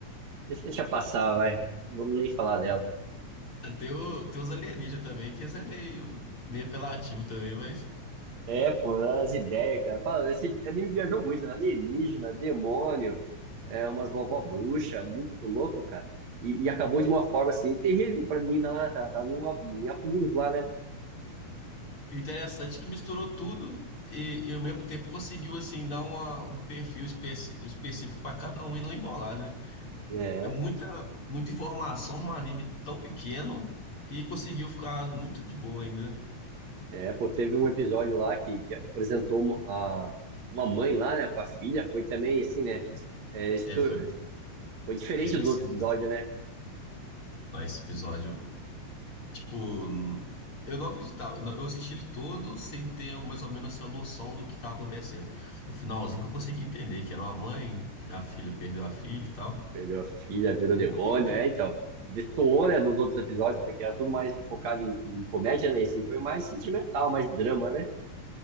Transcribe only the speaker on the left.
<laughs> Tem, o, tem os alienígenas também, que esse é meio, meio apelativo também, mas
interessante que misturou tudo e, e ao mesmo tempo conseguiu, assim, dar uma, um perfil especi- específico para cada um e não embolar, né?
É muita, muita informação num anime tão pequeno e conseguiu ficar muito de boa ainda.
É, foi,
esse foi
sinistro.
Não, Esse episódio, tipo, n- eu não acreditava. Não, Eu assisti ele todo sem ter mais ou menos assim, uma noção do que tava acontecendo. No finalzinho que eu consegui entender que era uma mãe, a filha perdeu a filha e tal.
Morreu,
né?